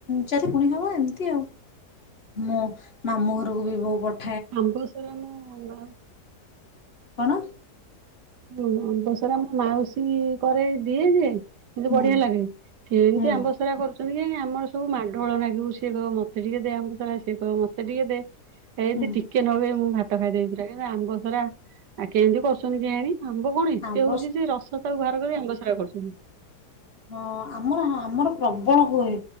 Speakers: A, on the left; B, on the right.
A: ଯଦି ପୁଣି ହବ ଏମିତି ଆଉ ମୋ ମାମୁଁ ଘରକୁ ବି ବୋଉ ପଠା
B: ଆମ୍ବ ସରା ମୁଁ ଭା
A: କଣ
B: ହୁଁ ଆମ୍ବସରା ମାଉସୀ କରେ ଦିଏ ଯେ ଏମତି
A: ହୁଁ
B: ବଢିଆ ଲାଗେ ଏମିତି
A: ହୁଁ
B: ଆମ୍ବସରା କରୁଛ ଆମର ସବୁ ମାଡ଼ ଗୋଳ ଲାଗିବୁ ସିଏ କହିବ ମତେ ଟିକେ ଦେ ଆମ୍ବସରା ସିଏ କ ମତେ ଟିକେ ଦେ। ଏ ଏମିତି
A: ହୁଁ
B: ଟିକେ ନବେ ମୁଁ ଭା ଭାତ ଖାଇଦେଇ ପୁରା କି ଆମ୍ବସରା ଆଉ କେମିତି କରୁଛନ୍ତି କେୟାଣୀ। ଆମ୍ବ କଣ ଏତେ
A: ଆମ୍ବ
B: ହଉଛି ଯେ ରସ ତାକୁ ବାହ ଆମ୍ବସରା କରୁଛନ୍ତି।
A: ହଁ ଆମର ଆମର ପ୍ରବଳ ହୁଏ